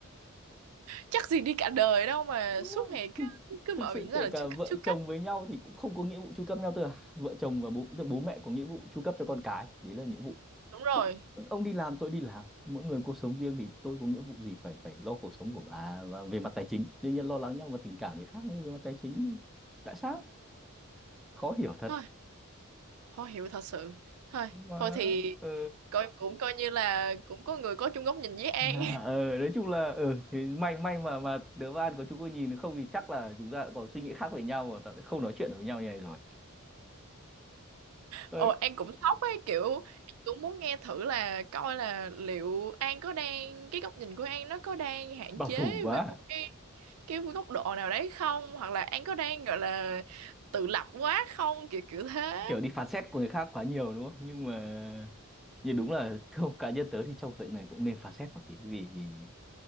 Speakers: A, on the right (about 80°); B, in the centre.
A: chắc gì đi cả đời đâu mà
B: đúng
A: suốt
B: không
A: ngày
B: Thì
A: cứ cứ
B: thực
A: mở
B: sự
A: miệng ra
B: kể
A: là
B: cả
A: chưa
B: vợ
A: cắt chưa
B: chồng
A: cắt
B: với nhau thì cũng không có nghĩa vụ chu cấp nhau tức là vợ chồng và bố tức là bố mẹ có nghĩa vụ chu cấp cho con cái đấy là nghĩa vụ
A: đúng rồi
B: Có- ông đi làm tôi đi làm mỗi người cuộc sống riêng thì tôi có nghĩa vụ gì phải phải lo cuộc sống của bà và về mặt tài chính đương nhiên lo lắng nhau và tình cảm thì khác nhưng về mặt tài chính thì tại sao khó hiểu thật
A: hơi khó hiểu thật sự thôi
B: mà
A: thôi thì
B: ờ
A: coi cũng coi như là cũng có người có chung góc nhìn với An
B: <laughs> à, ờ, nói chung là ờ thì may may mà mà đứa bạn của chúng tôi nhìn không thì chắc là chúng ta cũng có suy nghĩ khác với nhau và ta sẽ không nói chuyện được với nhau như này rồi Đấy,
A: Ồ, An cũng sốc ấy kiểu An cũng muốn nghe thử là coi là liệu An có đang cái góc nhìn của An nó có đang hạn
B: bảo
A: chế
B: thủ quá
A: về
B: à.
A: một cái cái góc độ nào đấy không hoặc là An có đang gọi là tự lập quá không kiểu kiểu thế
B: kiểu đi phán xét của người khác quá nhiều đúng không nhưng mà nhưng đúng là theo cá nhân tớ thì trong chuyện này cũng nên phán xét một tí vì vì